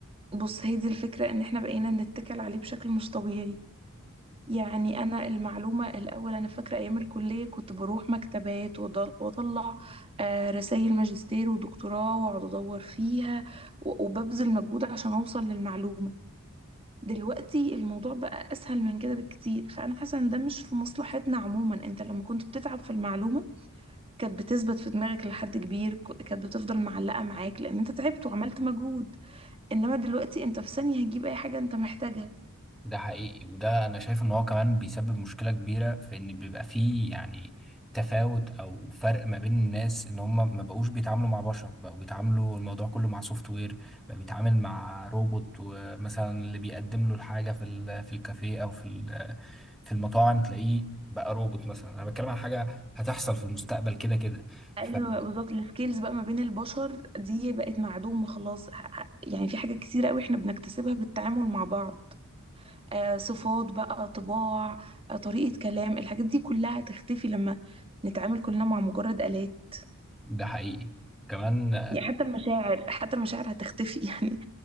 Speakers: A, on the right (about 25°); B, in the centre.
A: بص هي دي الفكرة ان احنا بقينا نتكل عليه بشكل مش طبيعي يعني انا المعلومة الاول انا فاكرة ايام الكلية كنت بروح مكتبات وأضل- واطلع رسائل ماجستير ودكتوراه واقعد ادور فيها و- وببذل مجهود عشان اوصل للمعلومة دلوقتي الموضوع بقى اسهل من كده بكتير فانا حاسة ان ده مش في مصلحتنا عموما انت لما كنت بتتعب في المعلومة كانت بتثبت في دماغك لحد كبير ك- كانت بتفضل معلقة معاك لان انت تعبت وعملت مجهود انما دلوقتي انت في ثانية هتجيب اي حاجة انت محتاجها
B: ده حقيقي وده انا شايف ان هو كمان بيسبب مشكلة كبيرة في ان بيبقى فيه يعني تفاوت او فرق ما بين الناس ان هم ما بقوش بيتعاملوا مع بشر بقوا بيتعاملوا الموضوع كله مع سوفت وير بقى بيتعامل مع روبوت ومثلا اللي بيقدم له الحاجة في ال- في الكافيه او في ال- في المطاعم تلاقيه بقى روبوت مثلا انا بتكلم عن حاجة هتحصل في المستقبل كده كده
A: ايوه
B: فده
A: بالظبط السكيلز بقى ما بين البشر دي بقت معدومة خلاص ه- ه- يعني في حاجات كتيرة قوي احنا بنكتسبها بالتعامل مع بعض آه صفات بقى طباع آه طريقة كلام الحاجات دي كلها هتختفي لما نتعامل كلنا مع مجرد آلات
B: حقيقي كمان
A: يعني حتى المشاعر حتى المشاعر هتختفي <laughs> يعني